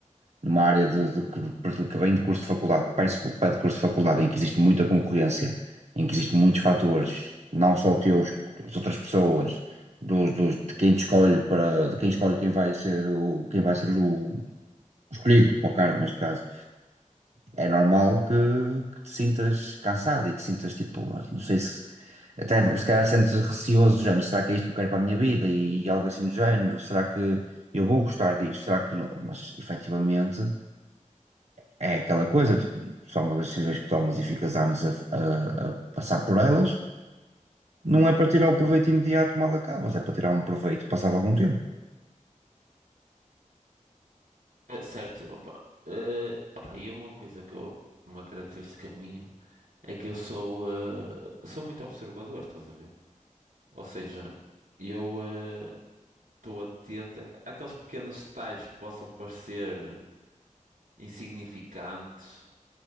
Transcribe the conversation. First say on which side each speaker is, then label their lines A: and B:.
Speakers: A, on the right (about 55°); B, on the right (about 85°).
A: numa área de, de que, que vem de curso de faculdade, que parece que pede curso de faculdade, em que existe muita concorrência, em que existem muitos fatores, não só teus, das outras pessoas, dos, dos, de quem te escolhe para, de quem escolhe quem vai ser o, quem vai ser o escolhido para o cargo neste caso. É normal que, que te sintas cansado e que sintas tipo, não sei se até se calhar sentes receoso do género, será que é isto que eu quero para a minha vida? E, algo assim do género, será que eu vou gostar disto? Será que não? Mas efetivamente é aquela coisa, tipo, são as decisões que tomas e ficas anos a, a- a passar por elas. Não é para tirar o proveito imediato mal acabas, é para tirar um proveito passado algum tempo.
B: Ah, certo, opa. Ah, opa, e uma coisa que eu, uma característica minha é que eu sou, ah, sou muito observador, estás a ver? Ou seja, eu. ah, estou atento a- àqueles pequenos detalhes que possam parecer insignificantes.